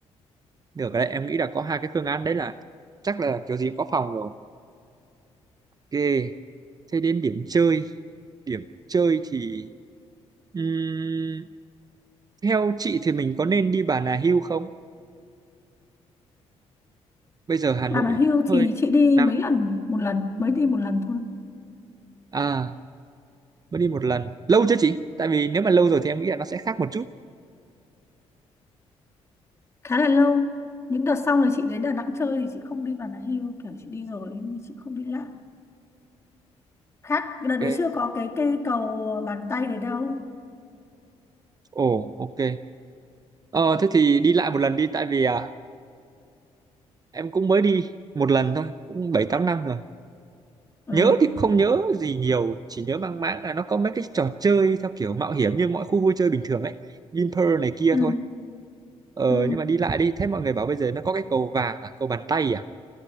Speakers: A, on the right; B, on the left.
A: được rồi đấy em nghĩ là có hai cái phương án đấy là chắc là kiểu gì cũng có phòng rồi ok thế đến điểm chơi điểm chơi thì ừm, theo chị thì mình có nên đi Bà Nà Hills không bây giờ Hà Nội
B: Bà mà hưu
A: cũng hơi
B: thì chị đi
A: nắng
B: mấy lần, một lần, mới đi một lần thôi.
A: à mới đi một lần lâu chưa chị tại vì nếu mà lâu rồi thì em nghĩ là nó sẽ khác một chút
B: Khá là lâu. Những đợt sau này chị đến Đà Nẵng chơi thì chị không đi Bà Nà Hills, kiểu chị đi rồi nhưng mà chị không đi lại. Khác, đợt đấy
A: ok
B: chưa có cái cây cầu bàn tay đấy đâu.
A: ồ ok ờ thế thì đi lại một lần đi tại vì à, em cũng mới đi một lần thôi cũng bảy tám năm rồi
B: Ừ.
A: nhớ thì cũng không nhớ gì nhiều chỉ nhớ mang máng là nó có mấy cái trò chơi theo kiểu mạo hiểm như mọi khu vui chơi bình thường ấy Vinpearl này kia
B: Ừ.
A: thôi ờ
B: Ừ.
A: nhưng mà đi lại đi thế mọi người bảo bây giờ nó có cái cầu vàng à cầu bàn tay à